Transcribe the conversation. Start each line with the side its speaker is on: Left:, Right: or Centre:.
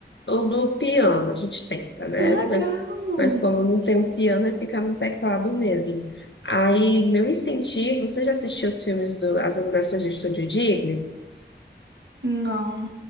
Left: ou do piano, a gente tenta, né?
Right: Que legal.
Left: Mas, mas como não tem um piano, é ficar no teclado mesmo. Aí, meu incentivo, você já assistiu os filmes do, as animações do Estúdio Ghibli?
Right: Não.